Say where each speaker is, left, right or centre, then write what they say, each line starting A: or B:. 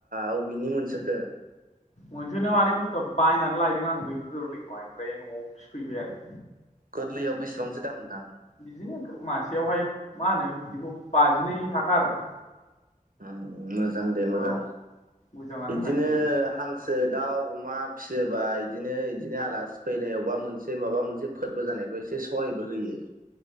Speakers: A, on the right (about 80°); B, on the left (about 55°).
A: अबेनि मोनसोखो
B: मोनसोनो माने बुस्थुआ बायनानै लायदों आङो बे गोरलैखौहाय ओमफ्राय न'आव फिसिफैबाय आरो
A: गोरलैयाव बेसेबांसो दामदां
B: बिदिनो मासेयावहाय मा होनो बिदिखौ बाजिनै थाखा आरो
A: <unintelligible> मोजां दे मोजां।
B: औ मोजाङानो
A: बिदिनो
B: होननांसिगोन
A: हां दाउ अमा फिसियोबा बिदिनो बिदिनो आलासि फैनाय अबेबा मोनसे माबा मोनसे फोरबो जानायफ्राएसे सहायबो होयो।